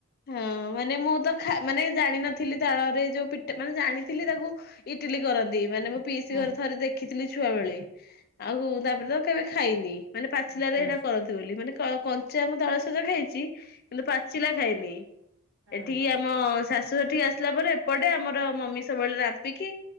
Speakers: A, on the left; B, on the right.
A: ହଁ। ମାନେ ମୁଁ ତ ଖା-ମାନେ ଜାଣି ନ ଥିଲି। ତାଳରେ ଯୋଉ ପି- ମାନେ ଜାଣିଥିଲି, ତାକୁ ଇଟିଲି କରନ୍ତି। ମାନେ ମୋ ପିଇସି
B: ହୁଁ
A: ଘରେ, ଥରେ ଦେଖି ଥିଲି ଛୁଆବେଳେ। ଆଉ ତାପରେ, ତ କେବେ ଖାଇନି। ମାନେ ପାଚିଲାରେ,
B: ହୁଁ।
A: ଏଇଟା କରନ୍ତି ବୋଲି। ମାନେ କଞ୍ଚା ମୁଁ ତାଳସଜ ଖାଇଛି। କିନ୍ତୁ ପାଚିଲା ଖାଇନି।
B: ହୁଁ।
A: ଏଠିକି ଆମ ଶା ସୂ, ଏଠିକି ଆସିଲା ପରେ, ଏପଟେ ଆମର ମମି ସବୁବେଳେ, ରାମ୍ପିକି